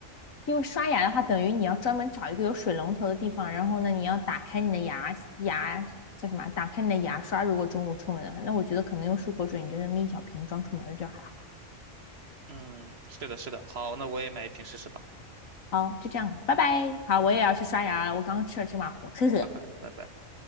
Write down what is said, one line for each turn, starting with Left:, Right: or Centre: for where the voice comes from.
Left: 因为刷牙的话，等于你要专门找一个有水龙头的地方，然后呢，你要打开你的牙牙叫什么？打开你的牙刷。如果中午出门的话，那我觉得可能用漱口水，你就那么一小瓶装出门就还好。
Right: 嗯，是的，是的，好，那我也买一瓶试试吧，
Left: 好，就这样，拜拜。好，
Right: 拜拜，
Left: 我也要去刷牙了，我刚刚吃了芝麻糊，呵呵。
Right: <laughs> 哈哈，拜拜。